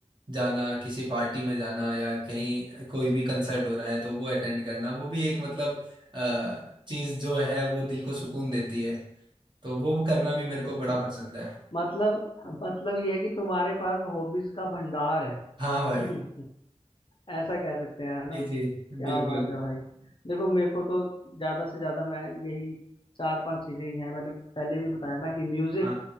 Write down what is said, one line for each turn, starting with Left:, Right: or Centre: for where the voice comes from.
Right: जाना किसी पार्टी में जाना या कहीं कोई भी कंसर्ट हो रहा है तो वो अटेंड करना वो भी एक मतलब अ, चीज जो है वो दिल को सुकून देती है तो वो करना भी मेरे को बड़ा
Left: <laughs>
Right: पसंद है
Left: मतलब मतलब ये है कि तुम्हारे पास हॉबीज का भंडार है
Right: हाँ भाई
Left: <laughs> ऐसा कह सकते हैं है ना
Right: जी जी
Left: क्या
Right: बिल्कुल
Left: बात है भाई देखो मेरे को तो ज्यादा से ज्यादा मैं यही चार पांच चीजें ही हैं मैंने पहले भी बताया ना कि म्यूजिक
Right: हाँ